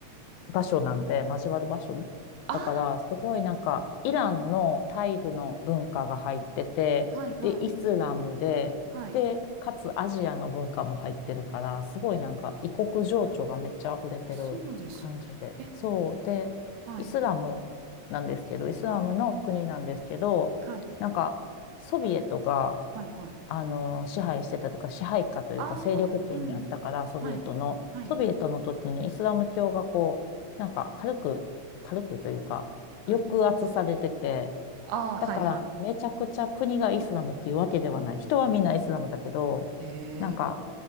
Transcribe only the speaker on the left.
場所なんで、交わる場所。
だから、すごいなんか、イランのタイルの文化が入ってて、
で、イスラムで、
で、かつアジアの文化も入ってるから、すごいなんか、異国情緒がめっちゃ溢れてる感じで。
そう。で、
イスラムなんですけど、イスラムの国なんですけど、
なんか、ソビエトが
あの、支配してたというか、支配下というか、
勢力圏にあったから、
ソビエトの、
ソビエトの時にイスラム教がこう、なんか軽く、軽くというか、
抑圧されてて、
だから、
めちゃくちゃ国がイスラムっていうわけではない。人はみんなイスラムだけど、
なんか、